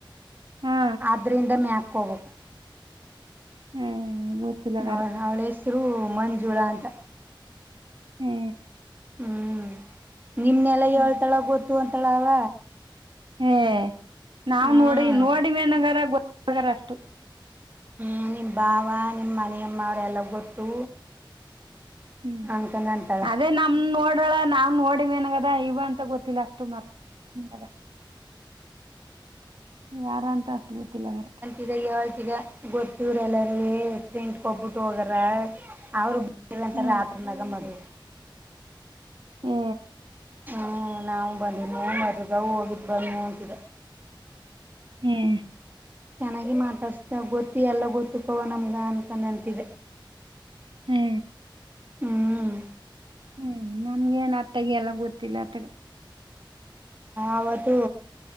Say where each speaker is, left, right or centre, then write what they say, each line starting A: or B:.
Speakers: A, on the right; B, on the right.
A: ಹಾ
B: ಆದ್ರಿಂದ ಮೇಕೋಬೇಕು
A: ಹ್ಮ್ ಗೊತ್ತಿಲ್ಲಗಾರ
B: ಅವಳ ಅವಳ ಹೆಸ್ರು ಮಂಜುಳ ಅಂತ.
A: ಹ್ಞ
B: ಹ್ಮ್ ನಿಮನೆಲ್ಲ
A: ಹ್ಮ್
B: ಏಳ್ತಾಳ ಗೊತ್ತು ಅಂತಳ ಅವ
A: ಹೇ ನಾವ
B: ಹ್ಮ್
A: ನೋಡಿ ನೋಡಿ ಮೇನಗರ ಗೊತ್ತಗಾರ ಅಷ್ಟು
B: ಹ್ಮ್ ನಿಮ್ಮ ಭಾವ ನಿಮ್ಮ ಮನಿ ಅಮ್ಮವ್ರ ಎಲ್ಲಾ ಗೊತ್ತು
A: ಹ್ಮ್
B: ಅನ್ಕನ ಅಂತಾಳ
A: ಅದೇ ನಮ ನೋಡ್ ನೋಡಳ ನಾವ್ ನೋಡಿಮೇನ್ಗದ ಇವ ಅಂತ ಗೊತ್ತಿಲ್ಲ ಅಷ್ಟ ಮಾರ್ತಾಂಗದ ಯಾರ ಅಂತ ಅಷ್ಟು ಗೊತ್ತಿಲ್ಲ ಅಂಗಾರ
B: ಇದಾಗ ಹಳ್ತ ಗೊತ್ತವ್ರ ಎಲ್ಲಾರ ಪ್ರಿಂಟ್ ಕೊಬ್ಬಿಟ್ಟ ಹೋಗರ ಅವ್ರ ಇವೆಂತ
A: ಹ್ಮ್
B: ರತ್ರಿನಾಗ ಮದುವ
A: ಹೆ
B: ಹ್ಮ ನಾವು ಬಂದ ಮದಗ ಹೋಗಿದ ಬಂದ ಅಂತಿದೆ
A: ಹ್ಮ್
B: ಚೆನ್ನಾಗಿ ಮಾತಾಡ್ಸ್ತ ಗೊತ್ತಿ ಎಲ್ಲ ಗೊತ್ತುಕೋವ ನಮ್ಗ ಅನ್ಕೊಂಡ ಅಂತಿದೆ.
A: ಹೆ
B: ಹ್ಮ್
A: ಹ್ಮ್ ನನಗೇನ ಏನ್ ಅತ್ತಗ ಎಲ್ಲ ಗೊತ್ತಿಲ್ಲ ಅತ್ತಗ
B: ಅವತ್ತು